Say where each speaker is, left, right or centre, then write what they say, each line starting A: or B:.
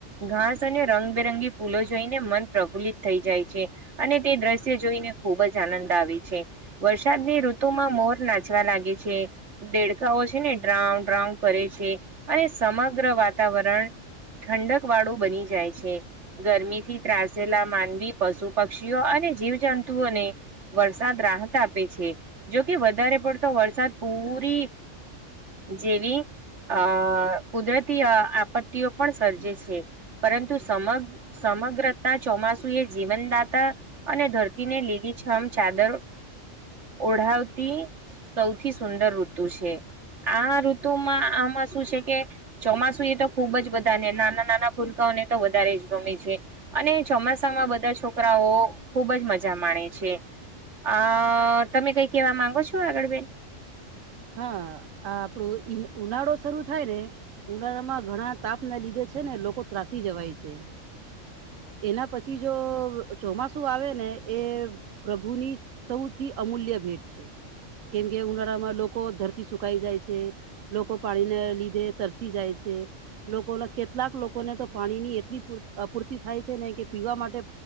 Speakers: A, on the right; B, on the right.
A: ઘાસ અને રંગબેરંગી ફૂલો જોઈને મન પ્રફુલ્લિત થઈ જાય છે. અને તે દ્રશ્ય જોઈને ખુબ જ આનંદ આવે છે. વરસાદની ઋતુમાં મોર નાચવા લાગે છે. દેડકાઓ છે ને, ડ્રાઉ-ડ્રાઉ કરે છે, અને સમગ્ર વાતાવરણ ઠંડક વાળું બની જાય છે, ગરમીથી ત્રાસેલા માનવી પશુ પક્ષીઓ અને જીવજંતુઓને વરસાદ રાહત આપે છે, જોકે વધારે પડતો વરસાદ પૂરી જેવી અ કુદરતી આપત્તિઓ પણ સર્જે છે. પરંતુ સમગ સમગ્રતા ચોમાસુ એ જીવનદાત તા અને ધરતીને લીલીછમ ચાદર ઓઢાવતી સૌથી સુંદર ઋતુ છે, આ ઋતુમાં આમાં શું છે કે? ચોમાસુ એ તો ખુબ જ બધા ને, નાના-નાના ભૂલકાઓને તો વધારે જ ગમે છે. અને ચોમાસામાં બધા છો છોકરાઓ ખુબ જ મજા માણે છે, આ તમે કઈ કેવા માંગો છો? આગળ બેન.
B: હા, આ આપડું ઉનાળો શરૂ થાય ને. ઉનાળામાં ઘણા તાપ ના લીધે છે ને, લોકો ત્રાસી જવાય છે. એના પછી જો ચોમાસુ આવે ને, એ પ્રભુની સૌથી અમૂલ્ય ભેટ છે, કેમ કે ઉનાળામાં લો કો ધરતી સુકાઈ જાય છે, લોકો પાણીને લીધે તરસી જાય છે. લોકોને કેટલાક લોકોને તો પાણી ની એટલી અપૂરતી થાય છે, ને કે પીવા માટે